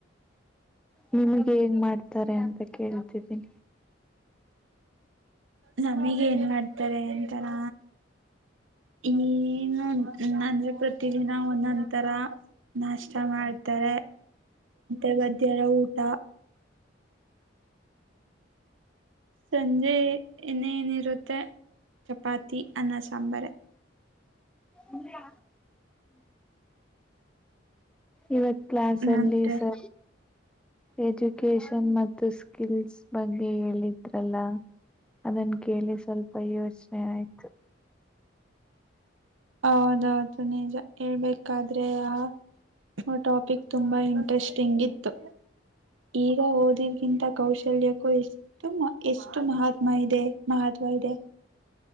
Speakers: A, in the centre; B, on the right.
A: ನಿಮ್ಗೆ ಹೇಂಗ ಮಾಡ್ತಾರೆ ಅಂತ ಕೇಳ್ತಿದ್ದೀನಿ
B: ನಮಗ ಏನ್ ಮಾಡ್ತಾರೆ ಅಂತಾನ ನು ಅಂದ್ರೆ ಪ್ರತಿದಿನ ಒಂದೊಂದ ತರ ನಾಷ್ಟ ಮಾಡ್ತಾರೆ ಮತ್ತೆ ಗದ್ಯರ ಊಟ ಸಂಜೆ ನೇ ಏನಿರುತ್ತೆ ಚಪಾತಿ ಅನ್ನ ಸಾಂಬಾರ
A: ಹ್ಮ್ ಇವತ್ ಕ್ಲಾಸ್ ಅಲ್ಲಿ
B: ಅಂದ್ರೆ
A: ಸ ಎಜುಕೇಶನ್ ಮತ್ತು ಸ್ಕಿಲ್ಸ್ ಬಗ್ಗೆ ಹೇಳಿದ್ರಲ್ಲ ಅದನ್ ಕೇಳಿ ಸ್ವಲ್ಪ ಯೋಚನೆ ಆಯ್ತು
B: ಹೌದೌದು ನಿಜ ಹೇಳ್ಬೇಕಾದ್ರೆ ಆ ಟಾಪಿಕ್ ತುಂಬಾ ಇಂಟ್ರೆಸ್ಟಿಂಗ್ ಇತ್ತು ಈಗ ಓದಿದ್ಗಿಂತ ಕೌಶಲ್ಯಕ್ಕೂ ಎಷ್ಟು ಎಷ್ಟು ಮಹಾತ್ಮ ಇದೆ ಮಹಾತ್ಮ ಹ ಇದೆ